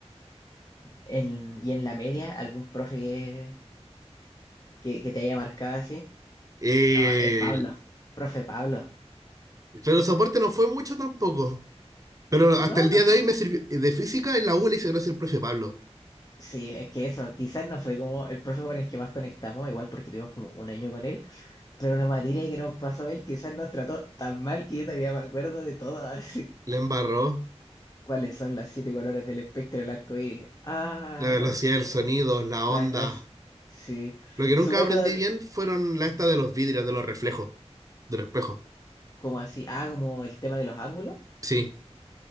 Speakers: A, on the left (about 35°); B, on the right (about 30°).
A: En- y en la media, algún profe que, que, que te haya marcado así.
B: Eh,
A: No, el Pablo, profe Pablo.
B: pero el soporte no fue mucho tampoco. Pero hasta
A: No,
B: el
A: no
B: día
A: fue.
B: de hoy me sirvió eh, de física en la U le hice gracias al profe Pablo.
A: Sí, es que eso, quizás no fue como el profe con el que más conectamos, igual porque tuvimos como un año con él. Pero la materia que nos pasó él quizás nos trató tan mal que yo todavía me acuerdo de todo. Así.
B: Le embarró
A: <laughs> ¿Cuáles son las siete colores del espectro del arco iris? Ah,
B: la velocidad
A: eh,
B: del sonido, la
A: la-
B: onda.
A: las. Sí.
B: Lo que
A: Su
B: nunca
A: método.
B: aprendí
A: de-
B: bien fueron la
A: ¿Mm?
B: esta de los vidrios, de los reflejos. Del espejo.
A: ¿Cómo así? Ah, como el tema de los ángulos.
B: Sí,